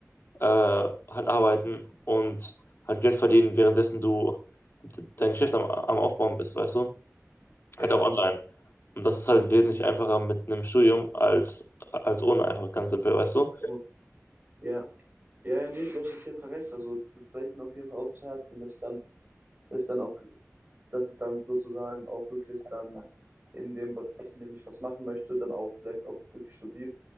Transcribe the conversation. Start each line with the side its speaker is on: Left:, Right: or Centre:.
Left: äh, halt arbeiten und halt Geld verdienen, währenddessen du de- dein Geschäft am, am Aufbauen bist, weißt du?
Right: Ja.
Left: Halt auch online. Und das ist halt wesentlich einfacher mit einem Studium als, als ohne, einfach ganz simpel, weißt du?
Right: Und, ja. Ja, ja, nee, du hast auf jeden Fall recht. Also, das werde ich mir auf jeden Fall auch zu Herzen nehmen, dass ich dann, dass ich dann auch dass ich dann sozusagen auch wirklich dann in dem Bereich, in dem ich was machen möchte, dann auch vielleicht auch wirklich studiere.